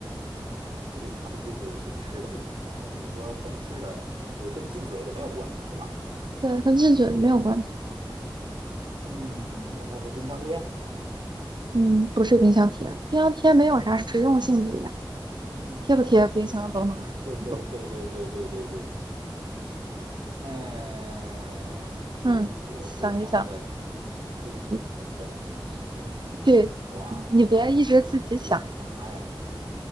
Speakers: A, on the right; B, on the right.
A: 呃，不对，咖啡机是跟吃的有关，等于你说跟吃的就是跟进嘴的没有关系是吧？
B: 对，跟进嘴没有关系。
A: 嗯，那它是冰箱贴，
B: 嗯，不是冰箱贴，冰箱贴没有啥实用性质呀。
A: 嗯，
B: 贴不贴冰箱都能正常走。
A: 实用性质，啊、对对对对对对对对，嗯、如果是放在
B: 嗯，想一想，
A: 客
B: 你
A: 厅的话，
B: 对，你别一直自己想，
A: 我想想我的客厅里有啥呀？